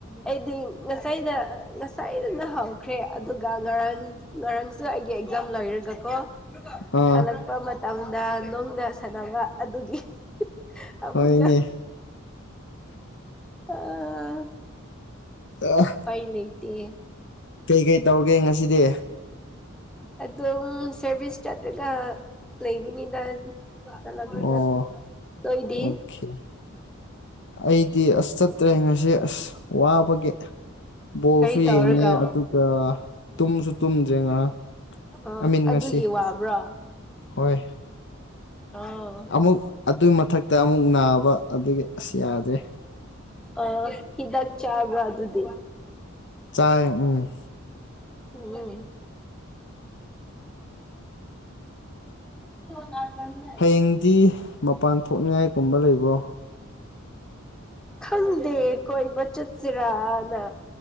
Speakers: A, in the centre; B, on the left (about 55°).
A: ꯑꯩꯗꯤ ꯉꯁꯥꯏꯗ ꯉꯁꯥꯏꯅ ꯍꯧꯈ꯭ꯔꯦ ꯑꯗꯨꯒ ꯉꯔꯥꯡ ꯉꯔꯥꯡꯁꯨ ꯑꯩꯒꯤ ꯑꯦꯛꯖꯥꯝ ꯂꯩꯔꯒꯀꯣ
B: ꯑꯥ
A: ꯍꯜꯂꯛꯄ ꯃꯇꯝꯗ ꯅꯣꯡꯗ ꯁꯥꯟꯅꯕ ꯑꯗꯨꯒꯤ ꯑꯃꯨꯛꯀ
B: ꯍꯣꯏꯅꯦ
A: ꯑꯥ
B: ꯑꯦ
A: ꯑꯩ ꯂꯩꯇꯦꯌꯦ
B: ꯀꯩ ꯀꯩ ꯇꯧꯒꯦ ꯉꯁꯤꯗꯤ
A: ꯑꯗꯨꯝ ꯁꯔꯚꯤꯁ ꯆꯠꯂꯒ ꯂꯩꯕꯅꯤꯗ ꯆꯠꯂꯛꯂꯒ
B: ꯑꯣ
A: ꯅꯣꯏꯗꯤ
B: ꯑꯣꯀꯦ ꯑꯩꯗꯤ ꯑꯁꯠ ꯇ꯭ꯔꯦꯡ ꯑꯁꯤ ꯑꯁ ꯋꯥꯕꯒꯤ ꯕꯣꯜꯁꯨ
A: ꯀꯔꯤ ꯇꯧꯔꯒ
B: ꯌꯦꯡꯉꯦ ꯑꯗꯨꯒ ꯇꯨꯝꯁꯨ ꯇꯨꯝꯗ꯭ꯔꯦ ꯉꯔꯥꯡ
A: ꯑꯣ
B: ꯑꯏꯃꯤꯟ
A: ꯑꯗꯨꯒꯤ
B: ꯉꯁꯤ
A: ꯋꯥꯕ꯭ꯔꯣ
B: ꯍꯣꯏ
A: ꯑꯣ
B: ꯑꯃꯨꯛ ꯑꯗꯨꯏ ꯃꯊꯛꯇ ꯑꯃꯨꯛ ꯅꯥꯕ ꯑꯗꯨꯒꯤ ꯑꯁ ꯌꯥꯗ꯭ꯔꯦ
A: ꯑ ꯍꯤꯗꯥꯛ ꯆꯥꯕ꯭ꯔꯥ ꯑꯗꯨꯗꯤ
B: ꯆꯥꯏ ꯎꯝ
A: ꯎꯝꯝ <inaudible>
B: ꯍꯌꯦꯡꯗꯤ ꯃꯄꯥꯟ ꯊꯣꯛꯅꯤꯉꯥꯏꯒꯨꯝꯕ ꯂꯩꯕ꯭ꯔꯣ
A: ꯈꯪꯗꯦ ꯀꯣꯏꯕ ꯆꯠꯁꯤꯔꯥꯅ